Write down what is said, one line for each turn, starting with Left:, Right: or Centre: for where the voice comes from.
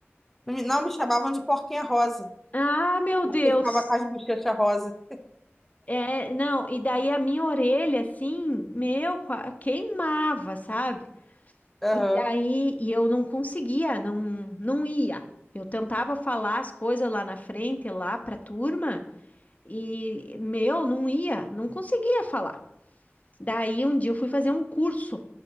Centre: Não, me não, me chamavam de porquinha rosa.
Left: Ah, meu
Centre: Porque
Left: Deus!
Centre: eu ficava com as bochechas rosa.
Left: É, não, e daí a minha orelha, assim, meu, qua- queimava, sabe?
Centre: Aham.
Left: E daí, e eu não conseguia, não, não ia. Eu tentava falar as coisas lá na frente, lá pra turma, e, meu, não ia, não conseguia falar. Daí, um dia eu fui fazer um curso.